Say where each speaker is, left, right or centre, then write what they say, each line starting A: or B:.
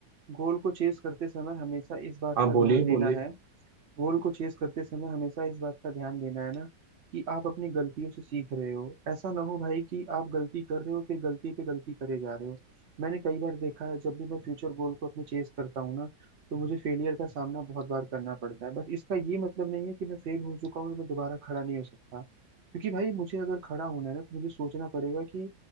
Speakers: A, on the right; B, on the right.
A: गोल को चेज करते समय हमेशा इस बात
B: हाँ
A: का
B: बोलिए
A: ध्यान देना
B: बोलिए
A: है गोल को चेस करते समय हमेशा इस बात का ध्यान देना है ना कि आप अपनी गलतियों से सीख रहे हो ऐसा ना हो भाई कि आप गलती कर रहे हो फिर गलती पे गलती करे जा रहे हो मैंने कई बार देखा है जब भी मैं फ्यूचर गोल को अपने चेस करता हूँ ना तो मुझे फेलियर का सामना बहुत बार करना पड़ता है बट इसका ये मतलब नहीं है कि मैं फेल हो चुका हूँ तो मैं दोबारा खड़ा नहीं हो सकता क्योंकि भाई मुझे अगर खड़ा होना है ना तो मुझे सोचना पड़ेगा कि